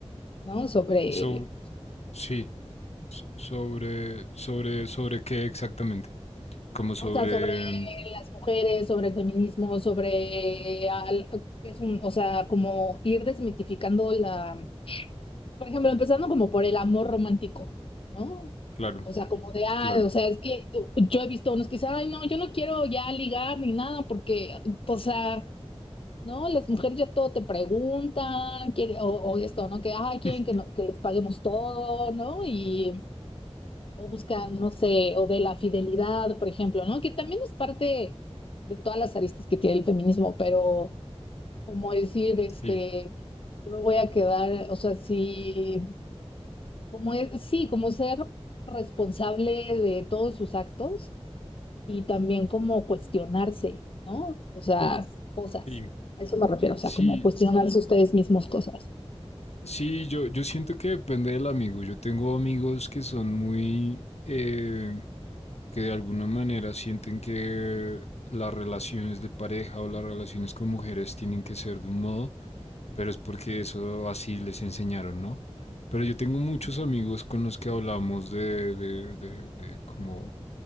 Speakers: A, on the left; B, on the left.
A: ¿no? Sobre,
B: So, sí. S- Sobre, sobre, sobre qué exactamente. Como sobre,
A: o sea, sobre las mujeres, sobre el feminismo, sobre, al- es un, o sea, como ir desmitificando la, por ejemplo, empezando como por el amor romántico, ¿no?
B: claro,
A: O sea, como de, ah,
B: claro.
A: o sea, es que eh, yo he visto unos que dicen, ay, no, yo no quiero ya ligar ni nada, porque, o sea, no, las mujeres ya todo te preguntan, quiere, o, o esto, ¿no? Que, ay,
B: <laughs>
A: quieren que, no- que les paguemos todo, ¿no? Y, o buscan, no sé, o de la fidelidad, por ejemplo, ¿no? Que también es parte de todas las aristas que tiene el feminismo, pero como decir, este,
B: Sí,
A: yo me voy a quedar, o sea, sí, como, es- sí, como ser responsable de todos sus actos y también como cuestionarse, ¿no? O sea, cosas.
B: sí.
A: A eso me refiero, o sea,
B: Sí,
A: como cuestionarse ustedes mismos cosas.
B: sí, yo, yo siento que depende del amigo. Yo tengo amigos que son muy, eh, que de alguna manera sienten que las relaciones de pareja o las relaciones con mujeres tienen que ser de un modo, pero es porque eso así les enseñaron, ¿no? Pero yo tengo muchos amigos con los que hablamos de, de, de, de como